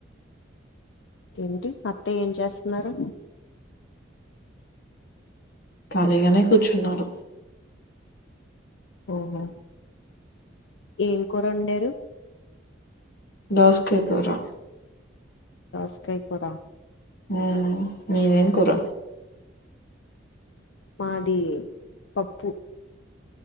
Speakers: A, on the left; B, on the left.
A: ఏంటి అత్తా ఏం చేస్తున్నారు
B: ఖాళీగానే కూర్చున్నారు
A: ఓహో ఏం కూర ఉండారు
B: దోసకాయ గురా
A: దోస్కయ కూర
B: ఉమ్, మీదేం కూర
A: మాది పప్పు